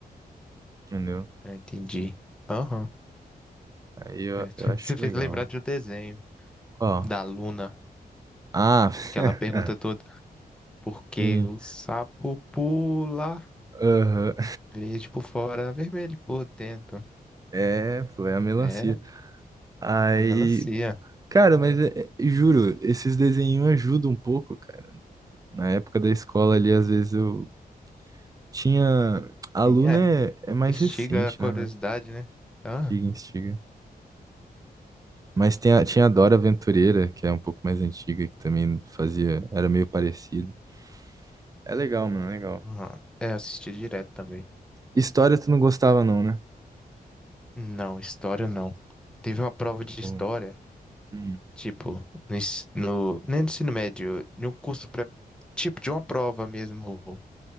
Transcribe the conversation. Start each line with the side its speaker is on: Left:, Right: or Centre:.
Right: entendeu?
Centre: é, entendi. Aham.
Right: Aí eu,
Centre: é, <laughs>
Right: eu acho
Centre: você fez
Right: legal.
Centre: lembrar de um desenho
Right: Qual?
Centre: da Luna,
Right: Ah,
Centre: que ela pergunta
Right: <laughs>
Centre: toda, por que
Right: sim.
Centre: o sapo pula
Right: Aham.
Centre: verde por fora, vermelho por dentro?
Right: É, pô, é a melancia.
Centre: É,
Right: Aí,
Centre: é melancia.
Right: Cara, mas é- é- juro, esses desenhos ajudam um pouco, cara. Na época da escola ali, às vezes eu tinha. A Luna
Centre: Sim, é.
Right: é, é mais
Centre: Instiga
Right: recente,
Centre: a curiosidade,
Right: né? né?
Centre: né? Ah,
Right: Instiga, instiga. Mas tem a- tinha a Dora Aventureira, que é um pouco mais antiga, que também fazia. Era meio parecido. É legal, mano, é legal.
Centre: aham. É, assisti direto também.
Right: História tu não gostava, não, né?
Centre: Não, história não. Teve uma prova de
Right: Ou-
Centre: história,
Right: Hum.
Centre: tipo, no, ens- no- nem no ensino médio, em um curso pré, tipo, de uma prova mesmo,